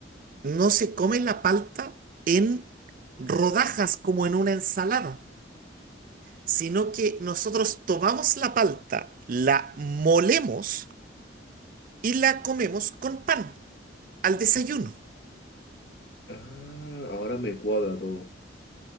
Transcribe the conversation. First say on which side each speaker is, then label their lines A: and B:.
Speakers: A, on the right; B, on the left.
A: no se come la palta en rodajas como en una ensalada, sino que nosotros tomamos la palta, la molemos y la comemos con pan al desayuno.
B: Ah, ahora me cuadra todo.